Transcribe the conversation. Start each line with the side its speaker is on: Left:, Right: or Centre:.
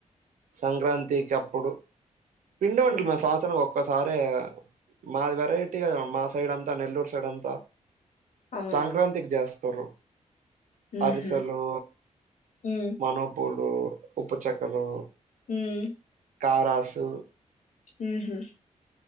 Right: సంక్రాంతి కప్పుడు పిండి వంటలు
Left: ఉమ్
Right: మరీ సంవత్సరానికి ఒక ఒకసారే మాది వెరైటీ కదా మా సైడ్ అంతా నెల్లూరు సైడ్ అంతా
Left: అవునా
Right: సంక్రాంతికి చేస్తారు
Left: ఉహు
Right: అరిసెలు
Left: ఉమ్
Right: మనపూలు ఉప్పు చెక్కలు
Left: ఉం
Right: కారాసు
Left: వు హుమ్